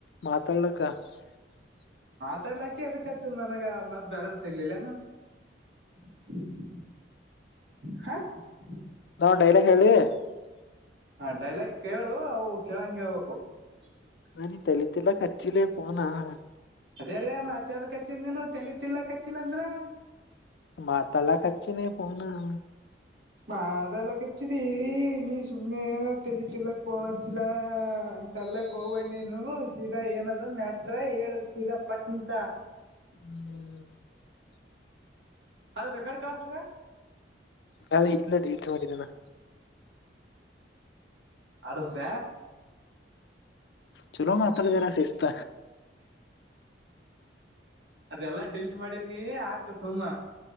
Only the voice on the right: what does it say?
ಮಾತಾಡ್ಲಕ, ಎದಕ್ಕ, ಹಚ್ಚಿದ್ದ, ನನಗ ಮತ್ತೆ, ಬೇರೆಯವರ ಸಿಕ್ಕಿಲ್ಲ ಅಣ್ಣ. <unintelligible> ಹಾ. <unintelligible>
ಹ, ಡೈಲಾಗ್, ಕೇಳು! ಅವು ಕೇಳಂಗಗೆಬೇಕು. <unintelligible>
ಆದರೆ ಮತ್ತೇನು ಅಚ್ಚಿದ್ದು, ನೀನು, ತಲೆತಿನೋಕೆ, ಅಚಿಲ್ಲಾಂದ್ರೆ. <inaudible>
ಮಾದಳ ಕಚರಿ ನೀ ಸುಮ್ಮನೆ ತಲಿ <unintelligible> ಅಂತಲ್ಲ ಹೋಗ್ಬ ನೀನು ಸೀದಾ ಏನದ ಮ್ಯಾಟ್ರ ಹೇಳ ಸಿದ ಪಟ್ನಂತ
ಅದ್ರ ರೆಕಾರ್ಡ್ ಕಳ್ಸ್ ಮಗ.
ಅಡಸ್ದ
ಅದೆಲ್ಲ ಡಿಲ್ಟ್ ಮಾಡಿ ಮ್ಮಿ ಯಾಕ್ ಸುಮ್ಮ.